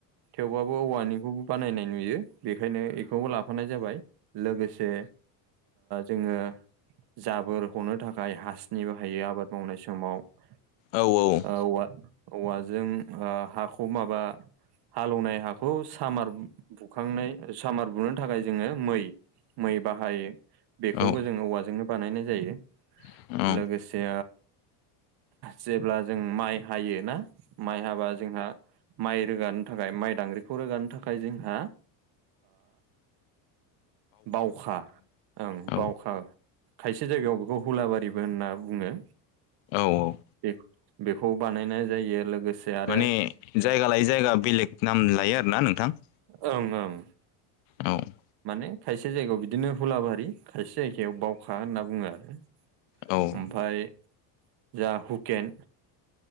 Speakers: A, on the right; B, on the left.
A: थेवबाबो औवानिंखौबो बानायनाय नुयो बेखायनो बेखौबो लाफानाय जाबाय लोगोसे जोङो जाबोर हनो थाखाय हासनि बाहायो आबाद मावनाय समाव
B: औ औ
A: ओ औवा औवाजों हाखौ माबा हालेवनाय हाखौ सामार बुखांनाय सामार बुनो थाखाय जोङो मै मै बाहायो बेखौबो
B: औ
A: जोङो औवाजोंनो बानायनाय जायो
B: औ औ
A: लोगोसे जेब्ला जों माइ हायो ना माइ हाबा जोंहा माइ रोगानो थाखाय माइ दांग्रिखौ रोगानो थाखाय जोंहा बावखा ओं
B: औ
A: बावखा खायसे जायगायाव बेखौ हुलाबारिबो होनना बुङो
B: औ औ
A: बेख बेखौबो बानायनाय जायो लोगोसे आरो
B: माने जायगा लायै जायगा बेलेग नाम लायो आरोना नोंथां
A: ओं ओं
B: औ
A: माने खायसे जायगायाव बिदिनो हुलाबारि खायसे जायगायाव बावखा होनना बुङो आरो
B: औ
A: ओमफफ्राय जा हुकेन